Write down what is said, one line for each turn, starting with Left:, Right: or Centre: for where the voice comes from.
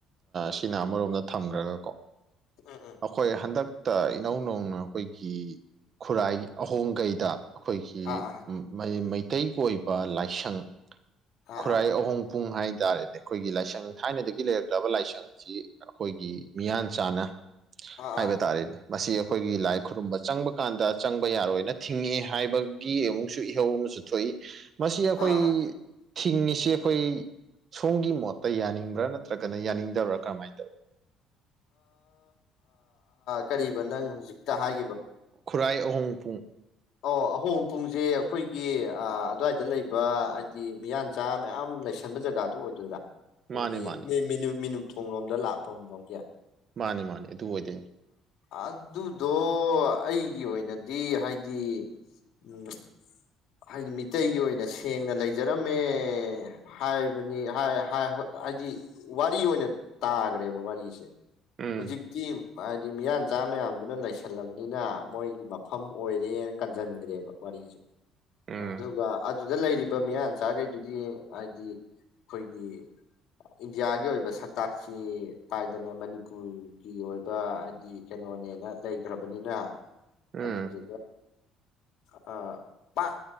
Right: ꯁꯤꯅ ꯑꯃꯔꯣꯝꯗ ꯊꯝꯈ꯭ꯔꯒꯀꯣ
Left: ꯎꯝ ꯎꯝ
Right: ꯑꯩꯈꯣꯏ ꯍꯟꯗꯛ ꯇ ꯏꯅꯧ ꯅꯧꯅ ꯑꯩꯈꯣꯏꯒꯤ ꯈꯨꯔꯥꯏꯒꯤ ꯑꯍꯣꯡꯒꯩꯗ ꯑꯩꯈꯣꯏꯒꯤꯩ
Left: ꯑꯥ ꯑꯥ
Right: ꯃꯤꯇꯩꯩꯇꯩꯒꯤ ꯑꯣꯏꯕ ꯂꯥꯏꯁꯪ
Left: ꯑꯥ
Right: ꯈꯨꯔꯥꯏ ꯑꯍꯣꯡ ꯄꯨꯡ ꯍꯥꯏ ꯍꯥꯏꯇꯥꯔꯦꯅꯦ ꯑꯩꯈꯣꯏꯒꯤ ꯂꯥꯏꯁꯪ ꯊꯥꯏꯅꯗꯒꯤ ꯂꯩꯔꯛꯇꯕ ꯂꯥꯏꯁꯪꯁꯤ ꯑꯩꯈꯣꯏꯒꯤ ꯃꯤꯌꯥꯟ ꯆꯥꯅ
Left: ꯑꯥ
Right: ꯍꯥꯏꯕ ꯇꯥꯔꯦꯗꯤ ꯃꯁꯤ ꯑꯩꯈꯣꯏꯒꯤ ꯂꯥꯏ ꯈꯨꯔꯨꯝꯕ ꯆꯪꯕ ꯀꯥꯟꯗ ꯆꯪꯕ ꯌꯥꯔꯣꯏꯅ ꯊꯤꯡꯉꯛꯑꯦ ꯍꯥꯏꯕꯒꯤ ꯑꯃꯨꯛꯁꯨ ꯏꯍꯧ ꯑꯃꯁꯨ ꯊꯣꯛꯏ ꯃꯁꯤ ꯑꯩꯈꯣꯏ
Left: ꯑꯥ
Right: ꯊꯤꯡꯉꯤꯁꯤ ꯑꯩꯈꯣꯏ ꯁꯣꯝꯒꯤ ꯃꯣꯠꯇ ꯌꯥꯅꯤꯡꯕ꯭ꯔꯥ ꯅꯠꯇ꯭ꯔꯒꯅ ꯌꯥꯅꯤꯡꯗꯕ꯭ꯔꯥ ꯀꯔꯝꯍꯥꯏꯅ ꯇꯧꯋꯏ
Left: ꯀ ꯅꯪ ꯍꯧꯖꯤ ꯍꯥꯏ
Right: ꯈꯨꯔꯥꯏ ꯑꯍꯣꯡ ꯄꯨꯡ
Left: ꯑꯣ ꯑꯍꯣꯡ ꯄꯨꯡꯁꯦ ꯑꯩꯈꯣꯏꯒꯤ ꯑꯗꯨꯋꯥꯏꯗ ꯂꯩꯕ ꯍꯥꯏꯗꯤ ꯃꯤꯌꯥꯟꯆꯥ ꯃꯌꯥꯝ ꯂꯩꯁꯟꯕ ꯖꯒꯥꯗꯨꯣ ꯑꯣꯏꯗꯣꯏꯔꯥ ꯍꯥꯏ
Right: ꯃꯥꯅꯦ ꯃꯥꯅꯦ
Left: ꯃ ꯊꯨꯡꯂꯣꯝꯗ ꯂꯥꯛꯄ ꯑꯃ ꯂꯧꯝꯒꯤꯦ
Right: ꯃꯥꯅꯦ ꯃꯥꯅꯦ ꯑꯗꯨ ꯑꯣꯏꯗꯣꯏꯅꯤ
Left: ꯑꯗꯨꯗꯣ ꯑꯩꯒꯤ ꯑꯣꯏꯅꯗꯤ ꯍꯥꯏꯗꯤ ꯎꯝ ꯍꯥꯏꯗꯤ ꯃꯤꯇꯩꯒꯤ ꯑꯣꯏꯅꯁꯦ ꯁꯦꯡꯅ ꯂꯩꯖꯔꯝꯃꯦ ꯍꯥꯏꯕꯅꯤ ꯍꯥꯏꯗꯤ ꯋꯥꯔꯤ ꯑꯣꯏꯅ ꯇꯥꯈ꯭ꯔꯦꯕ ꯋꯥꯔꯤꯁꯦ
Right: ꯎꯝ
Left: ꯍꯧꯖꯤꯛꯀꯤ ꯍꯥꯏꯗꯤ ꯃꯤꯌꯥꯟꯆꯥ ꯃꯌꯥꯝꯗꯨꯅ ꯂꯩꯁꯜꯂꯕꯅꯤꯅ ꯃꯣꯏꯒꯤ ꯃꯐꯝ ꯑꯣꯏꯔꯦꯅ ꯀꯟꯁꯤꯟꯈ꯭ꯔꯦꯕ ꯋꯥꯔꯤꯁꯦ
Right: ꯎꯝ
Left: ꯑꯗꯨꯒ ꯑꯗꯨꯗꯂ ꯕ ꯃꯤꯌꯥꯟ ꯆꯥꯈꯩꯗꯨꯗꯤ ꯍꯥꯏꯗꯤ ꯑꯩꯈꯣꯏꯒꯤ ꯏꯟꯗꯤꯌꯥꯒꯤ ꯑꯣꯏꯕ ꯁꯛꯇꯥꯛꯁꯤ ꯄꯥꯏꯗꯅ ꯃꯅꯤꯄꯨꯔꯒꯤ ꯑꯣꯏꯕ ꯍꯥꯏꯗꯤ ꯀꯩꯅꯣꯅꯦꯅ ꯂꯩꯈ꯭ꯔꯕꯅꯤꯅ
Right: ꯎꯝ
Left: ꯑꯗꯨ ꯀꯦ ꯑꯥ ꯄꯥꯛ